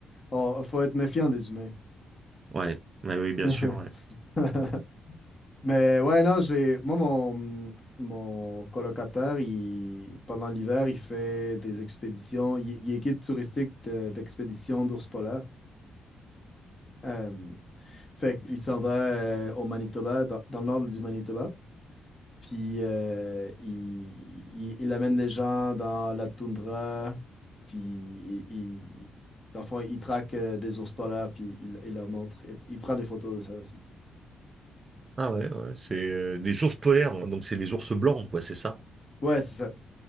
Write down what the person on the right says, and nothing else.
Ouais, ouais, oui, bien
sûr, ouais.
Ah ouais, ouais, c'est euh, des ours polaires, hein, donc c'est les ours blancs, quoi, c'est ça?